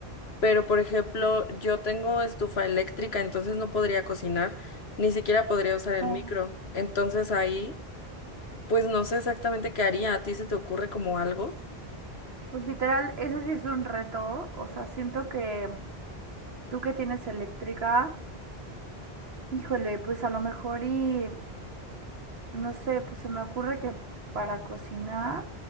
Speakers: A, on the left; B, on the right.
A: Pero, por ejemplo, yo tengo estufa eléctrica, entonces no podría cocinar, ni siquiera podría usar el
B: No.
A: micro. Entonces ahí, pues no sé exactamente qué haría. ¿A ti se te ocurre como algo?
B: Pues literal, ese sí es un reto. O sea, siento que tú que tienes eléctrica, híjole, pues a lo mejor y no sé, pues se me ocurre que para cocinar,